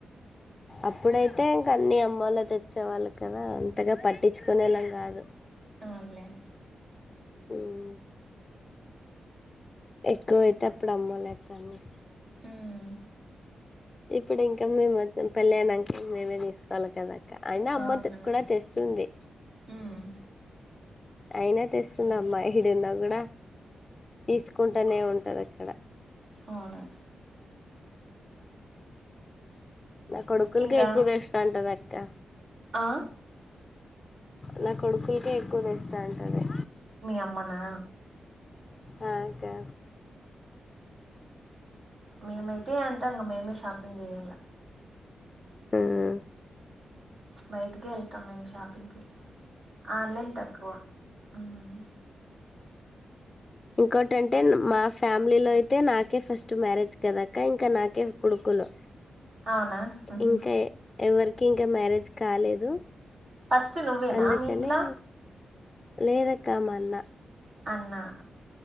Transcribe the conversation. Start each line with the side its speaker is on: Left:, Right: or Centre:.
Left: అప్పుడైతే ఇంక అన్నీ అమ్మోల్ లేతెచ్చేవాళ్ళు కదా అంతగా పట్టించుకునేలాం కాదు.
Right: అవునులేే
Left: ఉమ్ ఎక్కువైతే అప్పుడు అమ్మలెక్కన్ని
Right: ఉమ్
Left: ఇప్పుడు ఇంకా మేం మెత్తం పెళ్ళయినంక మేమే తీసుకోవాలి కదా కా అయినా
Right: అవునవును
Left: అమ్మతో కూడ తెస్తుంది.
Right: ఉమ్
Left: అయినా తెస్తుంది
Right: అలా
Left: అమ్మా, ఈడున్నా గుడ తీసుకుంటనే ఉంటది అక్కడ
Right: అవునా
Left: నా కొడుకులకే
Right: ఇంకా
Left: ఎక్కువ తెస్తా ఉంటది అక్క
Right: ఆ
Left: నా కొడుకులకే ఎక్కువ తెస్త ఉంటాది.
Right: మీ అమ్మనా?
Left: ఆ అక్కా
Right: మేమైతే అంత ఇంగ మేమే షాపింగ్ చేయాల
Left: ఉమ్
Right: బయటికే ఎళ్తాం మేము షాపింగ్కి, ఆన్లైన్ తక్కువ ఉమ్
Left: ఇంకోటంటే మా ఫ్యామిలీలో అయితే నాకే ఫస్ట్ మ్యారేజ్ కదా అక్క ఇంకా నాకే కొడుకులు,
Right: అవునా ఉహు
Left: ఇంకా ఎవరికి ఇంకా మ్యారేజ్ కాలేదు.
Right: ఫస్ట్ నువ్వేనా
Left: అందుకని
Right: మీ ఇంట్లో
Left: లేదక్క మల్ల
Right: అన్నా